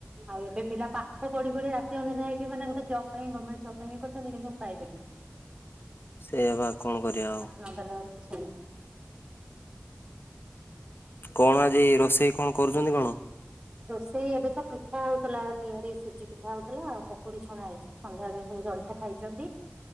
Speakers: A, on the right; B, on the left.
A: ଆଉ ଏବେ ପିଲା ପାଠ ପଢି ପଢି ରାତି ଅନିଦ୍ରା ହେଇକି ମାନେ ଗୋଟେ ଜବ ପାଇଁ ଗମେଣ୍ଟ ଜବ୍ ପାଇଁ କରିଛନ୍ତି କିନ୍ତୁ ପାଇବେନି।
B: ସେୟାପା କଣ କରିବା ଆଉ।
A: <unintelligible>
B: କଣ ଆଜି ରୋଷେଇ କଣ କରୁଛନ୍ତି କଣ?
A: ରୋଷେଇ ଏବେ ତ ପିଠା ହଉଥିଲା ତିଆରି ସୁଜି ପିଠା ହଉଥିଲା ଆଉ ପକୁଡି ଛଣା ହେଇଛି। ସନ୍ଧ୍ୟାବେଳେ ସବୁ ଜଳିଖିଆ ଖାଇଛନ୍ତି।